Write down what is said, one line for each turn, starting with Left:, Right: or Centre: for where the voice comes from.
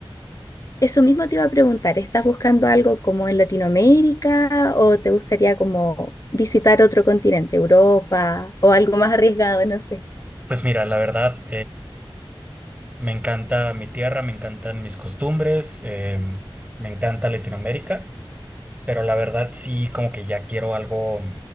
Left: Eso mismo te iba a preguntar, ¿estás buscando algo como en Latinoamérica o te gustaría como visitar otro continente, Europa o algo más arriesgado, no sé?
Right: Pues mira, la verdad, Me encanta mi tierra, me encantan mis costumbres, em, me encanta Latinoamérica, pero la verdad sí como que ya quiero algo,